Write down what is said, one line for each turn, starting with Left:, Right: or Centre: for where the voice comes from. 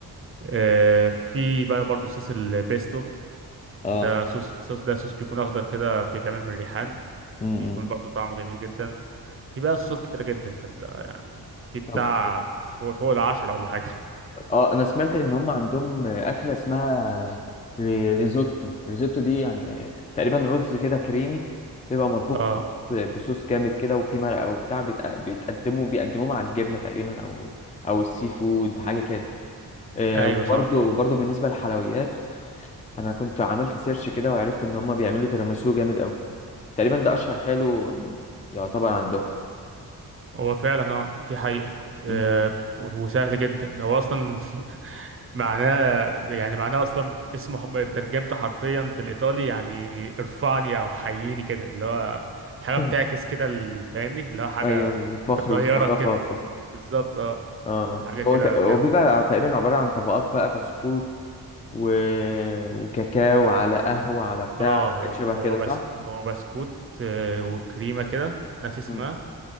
Right: آه، في بقى برضه صوص البيستو
Left: اه
Right: ده صوص صوص ده صوص بيكون اخضر كده بيتعمل من الريحان
Left: امم
Right: بيكون برضه طعمه جميل جدا في بقى صوصات كتيرة جدا فانت يعني في بتاع
Left: طب
Right: فوق, فوق العشرة ولا حاجة
Left: اه انا سمعت ان هم عندهم اكله اسمها ري- ريزوتو ريزوتو دي يعني تقريبا رز كده كريمي بيبقى مطبوخ
Right: اه
Left: بصوص جامد كده وفي مرقه وبتاع بيتق- بيتقدموا بيقدموه مع الجبنه تقريبا او او السي فود حاجه كده آه،
Right: ايوه
Left: وبرضه
Right: صح
Left: وبرضه بالنسبه للحلويات انا كنت عملت سيرش كده وعرفت ان هم بيعملوا تيراميسو جامد قوي تقريبا ده اشهر حلو يعتبر عندهم
Right: هو فعلا اه دي حقيقة آه،
Left: مم.
Right: وسهل جدا هو اصلا <laughs> معناه يعني معناه اصلا اسمه ترجمته حرفيا بالايطالي يعني ارفعني او حييني كده اللي هو حاجة
Left: <laughs>
Right: بتعكس كده ال- فاهمني اللي هو حاجة
Left: ايوه الفخر
Right: بتطيرك
Left: والثقافه
Right: كده بالظبط اه
Left: اه
Right: حاجة كده
Left: هو تق-
Right: جامدة
Left: هو بيبقى
Right: أوي.
Left: تقريبا عبارة عن طبقات بقى بسكوت و... وكاكاو على قهوة على بتاع
Right: اه
Left: حاجات
Right: هو
Left: شبه
Right: هو
Left: كده صح؟
Right: بسك هو بسكوت آه، وكريمة كده ناسي اسمها
Left: مم.